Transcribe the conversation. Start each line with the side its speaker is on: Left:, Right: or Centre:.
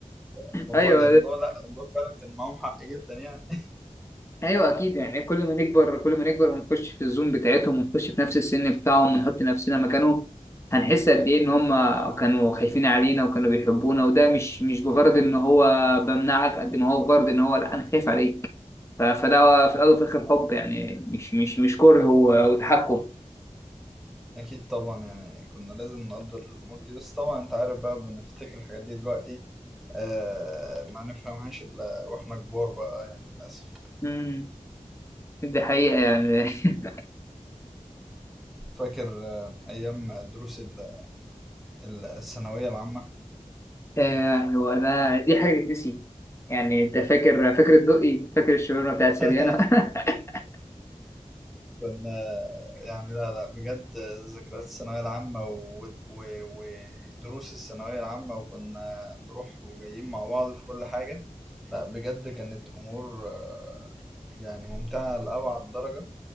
Centre: في الموضوع
Left: ايوه
Centre: لا الموضوع لا الموضوع فعلا كان معاهم حق جدا يعني
Left: ايوه اكيد يعني كل ما نكبر كل ما نكبر ونخش في الزوم بتاعتهم ونخش في نفس السن بتاعهم ونحط نفسنا مكانهم هنحس قد ايه ان هم كانوا خايفين علينا وكانوا بيحبونا وده مش مش بغرض ان هو بمنعك قد ما هو بغرض ان هو لا انا خايف عليك ف- فده في الأول وفي الآخر حب يعني مش مش مش كره و- وتحكم
Centre: اكيد طبعا يعني كنا لازم نقدر الامور دي بس طبعا انت عارف بقى بنفتكر الحاجات دي دلوقتي آه ما نفهمهاش الا واحنا كبار بقى يعني للاسف
Left: امم دي حقيقة يعني <laughs>
Centre: فاكر آه ايام دروس ال- الثانويه العامه
Left: آه، هو ده دي حاجة تتنسي يعني أنت فاكر فاكر الدقي فاكر الشاورما بتاعت
Centre: <laughs>
Left: سريانا <laughs>
Centre: كنا يعني لا لا بجد ذكريات الثانوية العامة و- و- ودروس الثانوية العامة وكنا نروح وجايين مع بعض في كل حاجة لا بجد كانت أمور آه، يعني ممتعة لأبعد درجة